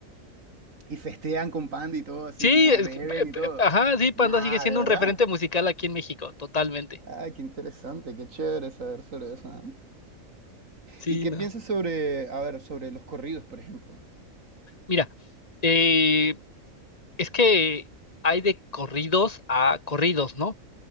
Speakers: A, on the right; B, on the left.
A: Y festean con Panda y todo, así,
B: Sí,
A: tipo,
B: es
A: beben
B: que, pe- pe-
A: y todo.
B: ajá, sí,
A: Nada,
B: Panda sigue siendo
A: de verdad.
B: un referente musical aquí en México, totalmente.
A: Ah, qué interesante, qué chévere saber sobre eso, ¿eh?
B: Sí,
A: ¿Y qué
B: no.
A: piensas sobre, a ver, sobre los corridos, por ejemplo?
B: Mira, eh, es que hay de corridos a corridos, ¿no?